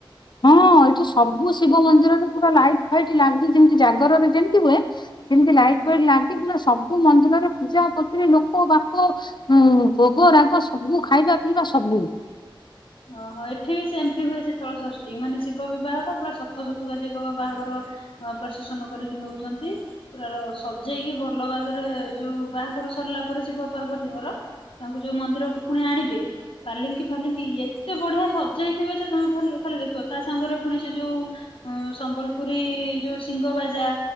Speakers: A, on the left; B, on the left.
A: ହଁ ଏଠି ସବୁ ଶିବ ମନ୍ଦିରରେ ପୁରା ଲାଇଟ ଫାଇଟ ଲାଗି ଯେମତି ଜାଗରରେ ଯେମିତି ହୁଏ ସେମତି ଲାଇଟ୍
B: ହଁ
A: ଫାଇଟି ଲାଗି ପୂରା ସବୁ ମନ୍ଦିରରେ ପୂଜା ପତିରେ ଲୋକ ବାକ ହୁଁ ଭୋଗ ରାଗ ସବୁ ଖାଇବା ପିଇବା ସବୁ।
B: ଓହୋ ଏଠି ବି ସେମତି ହୁଏ ଶୀତଳ ଷଷ୍ଠୀ ମାନେ ଶିବ ବିବାହ ଟା ପୁରା ସତ ଶତୁ କା ଯିଏ କହିବ ବାହାଘର ଅ ପ୍ରଶାସନ କରିକି ନୋଉଛନ୍ତି। ପୁରା ର ସଜେଇକି ଭଲ ବାଗରେ ଯୋଉ ବାହାଘର ସରିଲା ପରେ ଶିବ ପାର୍ବତୀ ଙ୍କର ତାଙ୍କୁ ଯୋଉ ମନ୍ଦିରକୁ ପୁଣି ଆଣିବେ ପାର୍ଲିଙ୍କି ଫାଲିଙ୍କି ଏ ଏତେ ବଢିଆ ସଜଇଥିବେ ଯେ ତମେ ଖା ଖାଲି ଦେଖିବ ତା ସାଙ୍ଗରେ ପୁଣି ସେ ଯୋଉ ଉ ସମ୍ବଲପୁରୀ ଯୋଉ ସିଙ୍ଗବାଜା